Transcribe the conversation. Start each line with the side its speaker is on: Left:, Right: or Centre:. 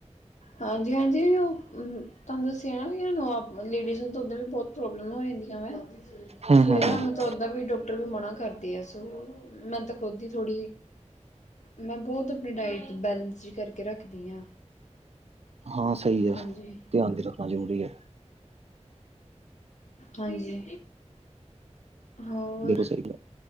Left: ਹਾਂਜੀ, ਹਾਂਜੀ ਉਹ ਤੁਹਾਨੂੰ ਦੱਸਿਆ ਨਾ ਵੀ, ਇਹਨੂੰ ਆਪ ਲੇਡੀਜ਼ ਨੂੰ ਦੁਧ ਵੀ ਬਹੁਤ ਪ੍ਰੋਬਲਮ ਹੋ ਜਾਂਦੀਆਂ
Right: ਹੂੰ
Left: ਤੇ ਫਿਰ
Right: ਹੂੰ ਹੂੰ
Left: ਸਾਨੂੰ ਉਦਾਂ ਵੀ ਡਾਕਟਰ ਵੀ ਮਨਾ ਕਰਦੇ ਆ। ਸੋ ਮੈਂ ਤਾਂ ਖੁਦ ਈ ਥੋੜੀ ਮੈਂ ਬਹੁਤ ਆਪਣੀ ਡਾਇਟ ਬੈਲੈਂਸ ਕਰਕੇ ਰੱਖਦੀ ਆ।
Right: ਹਾਂ ਸਈ ਐ
Left: ਹਾਂਜੀ।
Right: ਧਿਆਨ ਵੀ ਰੱਖਣਾ ਜ਼ਰੂਰੀ ਐ।
Left: ਹਾਂਜੀ ਹੋਰ
Right: ਬਿਲਕੁਲ ਸਹੀ ਗੱਲ